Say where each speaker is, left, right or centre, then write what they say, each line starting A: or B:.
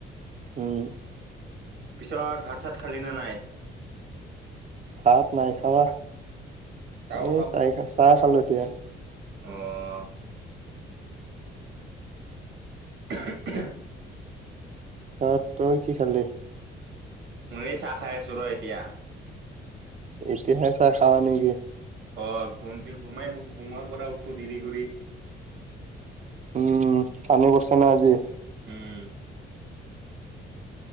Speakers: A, on the right (about 40°); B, on the right (about 90°).
A: উম!
B: পিছত ভাত-চাত খালি নে নাই?
A: ভাত নাই খোৱা।
B: চাও
A: এ চাহ খা চাহ খালো এতিয়া।
B: অঁ! <inaudible>
A: পিছত তই কি খালি?
B: মইয়ো চাহ খাই আছো ৰ এতিয়া।
A: এতিয়াহে চাহ খাৱ নেকি?
B: অ! ঘুমটি ঘুমাই ঘোমাৰ পৰা উঠো দেৰি কৰি।
A: উম! কালি কৰিছা না আজি?
B: উম